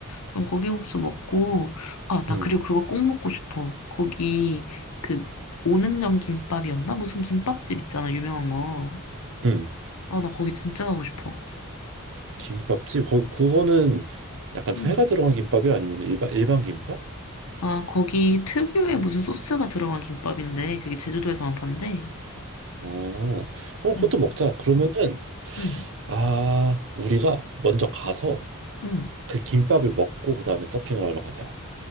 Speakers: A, on the left; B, on the right.
A: 그럼 고기국수 먹고, 아, 나
B: 응,
A: 그리고 그거 꼭 먹고 싶어. 거기, 그, 오는정 김밥이었나? 무슨 김밥집 있잖아, 유명한 거.
B: 응.
A: 아, 나 거기 진짜 가고 싶어.
B: 김밥집 거, 그거는 약간
A: 응.
B: 회가 들어간 김밥이 아니면 일반 일반 김밥?
A: 아, 거기 특유의 무슨 소스가 들어간 김밥인데, 그게 제주도에서만 판대.
B: 어, 어 그것도
A: 응,
B: 먹자. 그러면은
A: 응,
B: 아 우리가 먼저 가서
A: 응.
B: 그 김밥을 먹고 그 다음에 서핑을 하러 가자.